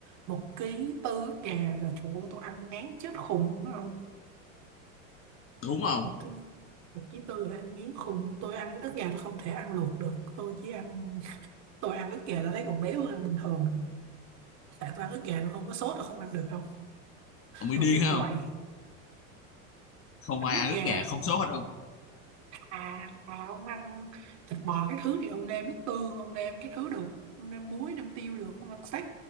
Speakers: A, on the right; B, on the left.
A: một ký tư ức gà là chỗ tôi ăn ngán chết khùng luôn đó không
B: đúng không
A: một ký một ký tư là ăn ngán khùng tôi ăn ức gà tôi không thể ăn luộc được tôi chỉ ăn tôi ăn ức gà tôi thấy còn béo hơn bình thường nữa tại tôi ăn ức gà tôi không có sốt tôi không ăn được không
B: ông mới
A: tôi
B: điên
A: phải
B: hả
A: quậy
B: không không
A: ăn
B: ai
A: ức
B: ăn
A: gà
B: ức gà không sốt hết không
A: à, à ông ăn thịt bò cái thứ thì ông nêm nước tương ông nêm cái thứ được ông nêm muối nêm tiêu được ông ăn steak